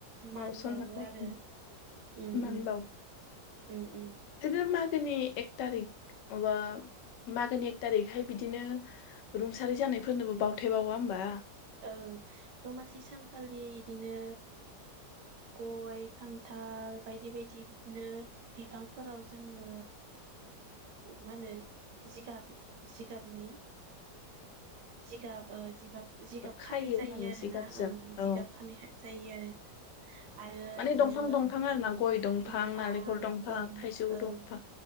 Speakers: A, on the right; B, on the left.
A: मान
B: औ सनमान
A: बावो
B: लायो
A: आरो उम
B: मान
A: उम।
B: बावो
A: ओम ओम।
B: बिदिनो मागोनि एक थारिक माबा मागोनि एक थारिखहाय बिदिनो रुंसारि जानायफोरनोबो बावथेबावा होमबा
A: ओं दमासि सानखालि बिदिनो ओ गय खान्थाल बायदि बायदि बिदिनो बिफांफोराव जोङो मा होनो जिगाब जिगाबनि जिगाब जिगाब जिगाब खानाय
B: खायो
A: जायो
B: माने
A: आरोना
B: जिगाबजों
A: ओं जिगाब
B: औ
A: खानाय जायो आरो आरो
B: माने
A: इदिनो
B: दंफां दंफां आरो ना गय
A: दंफां
B: नालेंखर दंफां
A: ओं
B: थाइजौ
A: ओं
B: दंफां